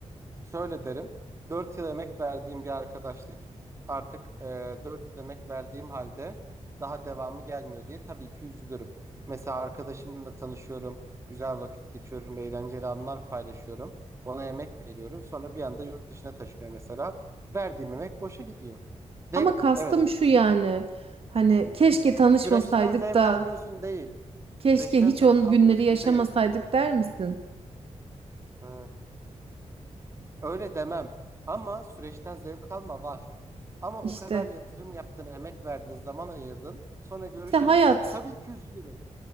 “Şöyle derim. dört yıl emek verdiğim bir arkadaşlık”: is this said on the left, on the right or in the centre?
Right